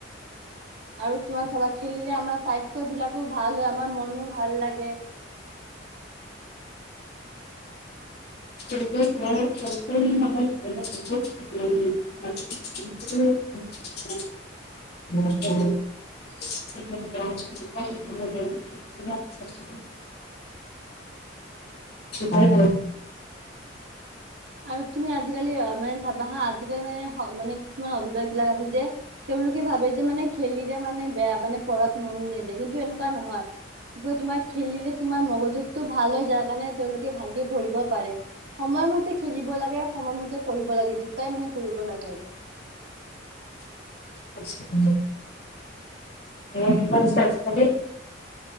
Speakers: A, on the right; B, on the left.
A: আৰু তোমাৰ চাবা খেলিলে আমাৰ স্বাস্থ্য বিলাকো ভাল হয়, আমাৰ মনো ভাল লাগে।
B: <unintelligible> <unintelligible> <unintelligible> <unintelligible> <unintelligible> <unintelligible> <unintelligible> <unintelligible>
A: আৰু তুমি আজিকালি মানে চাবা হা আজিকালি মানে-মানে কিছুমান অভিভাবক বিলাক আছে যে তেওঁলোকে ভাবে যে মানে খেলিলে মানে বেয়া, মানে পঢ়াত মন নেদে কিন্তু এনেকুৱা নহয়। কি কয় তোমাৰ খেলিলে তোমাৰ মগজুগতটো ভাল হয়, যাৰ কাৰণে তেওঁলোকে ভালকে পঢ়িব পাৰে। সময়মতে খেলিব লাগে, সময়মতে পঢ়িব লাগে দুটাই মানে কৰিব লাগে আৰু।
B: <unintelligible> <unintelligible>